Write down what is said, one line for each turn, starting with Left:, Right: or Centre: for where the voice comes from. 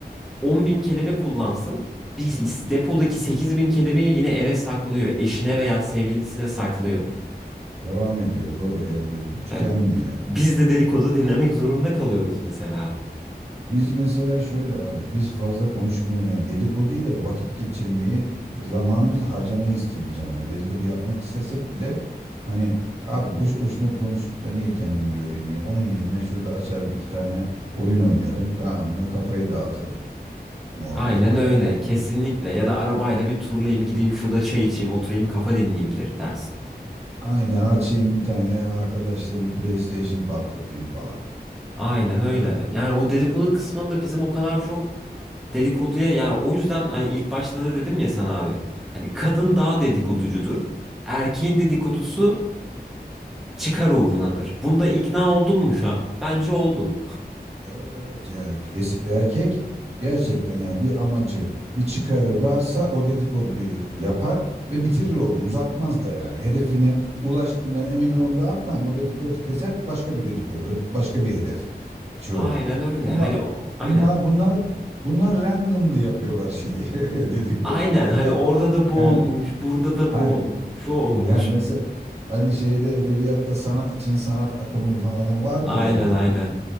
Centre: 10 bin kelime kullansın. Biz depodaki 8 bin kelimeyi yine eve saklıyor. Eşine veya sevgilisine saklıyor.
Right: Devam ediyor doğru evde bir tükenmiyor
Centre: Yani biz de dedikodu dinlemek zorunda kalıyoruz mesela.
Right: Biz mesela şöyle abi biz fazla konuşmayı yani dedikoduyla vakit geçirmeyi zamanımızı harcamayı istemiyoruz yani. Hani dedikodu yapmak istesek bile hani abi boşu boşuna konuşup da niye kendimi yorayım ya onun yerine şurada açarım iki tane oyun oynarım tamam mı kafayı dağıtırım muhabbeti
Centre: Aynen
Right: var
Centre: öyle.
Right: yani.
Centre: Kesinlikle. Ya da arabayla bir turlayayım, gideyim şurada çay içeyim, oturayım, kafa dinleyeyim der, dersin.
Right: Aynen açayım bir tane arkadaşla bir PlayStation patlatayım falan.
Centre: Aynen öyle. Yani o dedikodu kısmında bizim o kadar çok dedikoduya ya o yüzden hani ilk başta da dedim ya sana abi. Hani kadın daha dedikoducudur. Erkeğin dedikodusu çıkar uğrunadır. Bunda ikna oldun mu şu an? Bence oldun.
Right: Evet evet yani es- erkek gerçekten yani bir amacı bir çıkarı varsa o dedikoduyu yapar ve bitirir orada uzatmaz da yani hedefine ulaştığından emin olduğu an tamam o dedikodu keser başka bir dedikodu başka bir hedef şey
Centre: Aynen
Right: olur.
Centre: öyle.
Right: Ama
Centre: Hani o- aynen.
Right: bunlar bunlar bunlar randomly yapıyorlar şeyi <laughs> dedikoduyu
Centre: Aynen
Right: ya
Centre: hani
Right: da
Centre: orada da bu
Right: yani
Centre: olmuş, burada da bu
Right: hani
Centre: olmuş, şu olmuş.
Right: yani mesela hani şeyde edebiyatta sanat için sanat akımı falan vardır
Centre: Aynen
Right: ya böyle.
Centre: aynen.